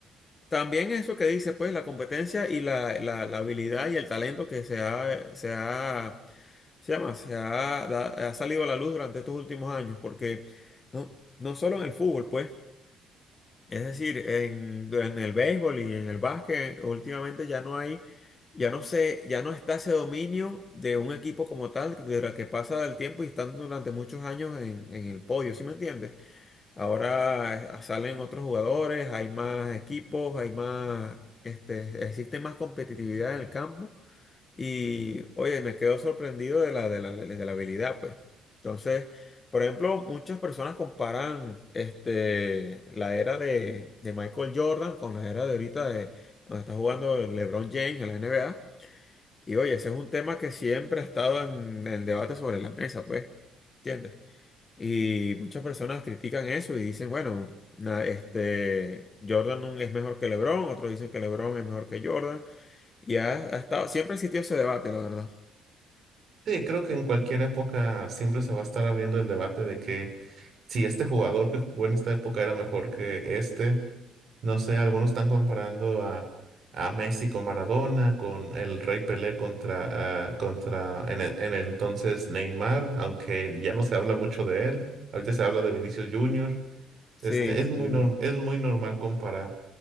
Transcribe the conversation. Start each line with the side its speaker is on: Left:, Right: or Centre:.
Left: También eso que dice, pues, la competencia y la, la- la habilidad y el talento que se ha, se ha, se llama, se ha, da- ha salido a la luz durante estos últimos años, porque no, no solo en el fútbol, pues, es decir, en, en el béisbol y en el básquet, últimamente ya no hay, ya no se, ya no está ese dominio de un equipo como tal, de la que pasa el tiempo y están durante muchos años en, en el podio, ¿sí me entiendes? Ahora eh, salen otros jugadores, hay más equipos, hay más, este, existe más competitividad en el campo y, oye, me quedo sorprendido de la, de la, de la habilidad, pues. Entonces, por ejemplo, muchas personas comparan, este, la era de, de Michael Jordan con la era de ahorita de donde está jugando LeBron James en la NBA. Y, oye, ese es un tema que siempre ha estado en el debate sobre la mesa, pues. ¿Entiendes? Y muchas personas critican eso y dicen, bueno, na- este, Jordan nun- es mejor que LeBron, otros dicen que LeBron es mejor que Jordan, y ha, ha estado, siempre existió ese debate, la verdad.
Right: Sí, creo que en cualquier época siempre se va a estar abriendo el debate de que si este jugador que jugó en esta época era mejor que este, No sé, algunos están comparando a, a Messi con Maradona, con el Rey Pelé contra, ah, contra en, e- en el entonces Neymar, aunque ya no se habla mucho de él. Ahorita se habla de Vinicius Junior.
Left: Sí,
Right: Este, es muy,
Left: sí.
Right: nor- es muy normal comparar.